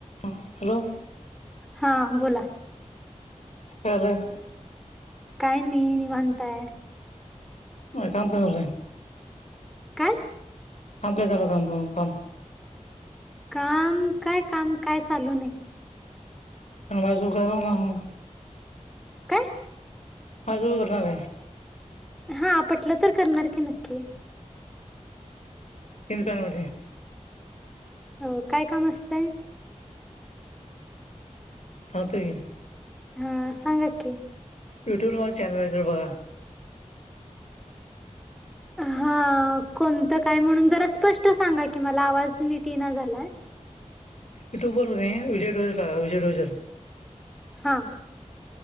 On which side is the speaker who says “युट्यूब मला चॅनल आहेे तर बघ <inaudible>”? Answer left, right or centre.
Left